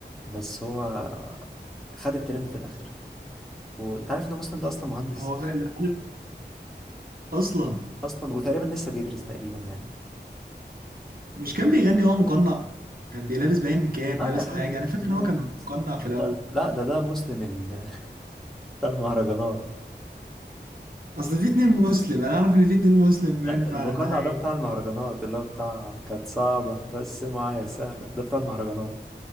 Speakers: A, in the centre; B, on the right.
A: بس هو خد الترند في الآخر وأنت عارف إن مسلم ده أصلا مهندس
B: هو غ- عارف اصلا
A: أصلا وتقريبا لسه بيدرس تقريبا يعني
B: مش كان بيغني وهو مقنع كان بيلابس باين كاب
A: اه
B: لابس
A: يا حبيبي
B: حاجه
A: انت في
B: انا فاكر
A: حته ثانيه
B: ان هو كان
A: خالص
B: مقنع في الاول
A: لا لا ده ده مسلم ال... بتاع المهرجانات
B: اصل في اتنين مسلم انا اعرف ان في اتنين مسلم باين
A: لا
B: فعلا
A: المقنع
B: ده حقيقي
A: ده بتاع المهرجانات اللي هو بتاع كانت صعبة بس معايا سهلة ده بتاع المهرجانات